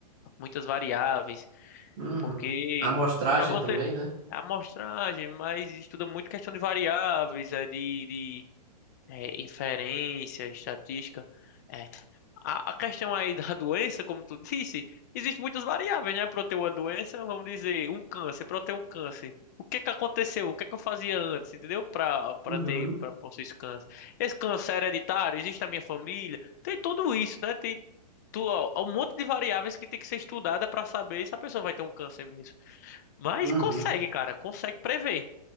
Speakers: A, on the left; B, on the right.
A: muitas variáveis.
B: Uhum.
A: Porque
B: Amostragem
A: pra você.
B: também, né?
A: A amostragem, mas estuda muito questão de variáveis, é de, é, inferência, estatística. É, a, a questão aí da <laughs> doença, como tu disse, existe muitas variáveis, né? Para eu ter uma doença, vamos dizer, um câncer, para eu ter um câncer. O que que aconteceu? O que que eu fazia antes, entendeu? Para para
B: Uhum.
A: ter, para possuir esse câncer. Esse câncer é hereditário, existe na minha família, tem tudo isso, né? Tem tu, ó, um monte de variáveis que tem que ser estudada para saber se a pessoa vai ter um câncer mesmo. Mas
B: Uhum.
A: consegue, cara, consegue prever.